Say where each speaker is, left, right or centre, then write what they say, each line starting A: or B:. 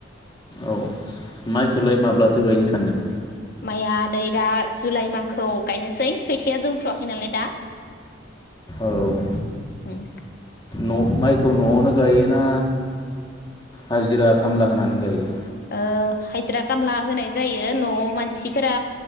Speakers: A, on the left; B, on the left.
A: औ। माइखोलाय माब्ला थो गायनो सानदों?
B: माइया आदै दा जुलाइ मान्टखौ गायनोसै खोथिया जौथ'वाखै नालाय दा।
A: औ
B: ओम।
A: न' माइखौ न'आवनो गायो ना हाजिरा खामला होनानै गायो?
B: ओ हाजिरा कामला होनाय जायो न'आव मानसिफोरा